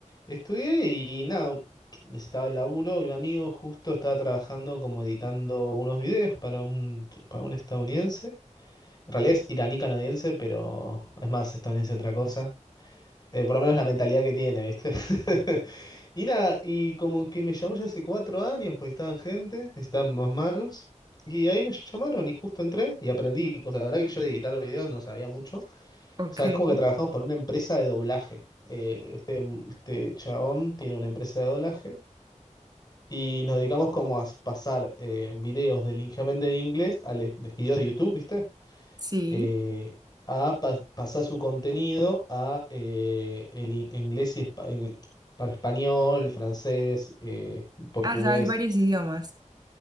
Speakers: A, on the left; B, on the right.
A: estudié y nada, necesitaba el laburo y un amigo justo estaba trabajando como editando unos videos para un, para un estadounidense. En realidad es iraní-canadiense, pero es más estadounidense otra cosa. Eh, por lo menos la mentalidad que tiene, ¿viste? <laughs> Y nada, y como que me llamó ya hace cuatro años, pues estaban gente, necesitaban más manos. Y ahí me llamaron y justo entré y aprendí. O sea, la verdad que yo de editar videos no sabía mucho. O
B: ok,
A: sea, es como que trabajamos para una empresa de doblaje. Eh, este, este chabón tiene una empresa de doblaje y nos dedicamos como a pasar eh, videos del ligeramente de inglés a les- de videos de YouTube, ¿viste?
B: sí.
A: eh, a pa- pasar su contenido a eh, el in- inglés y espa- en- para español, francés, eh, portugués.
B: Ah, sabes varios idiomas.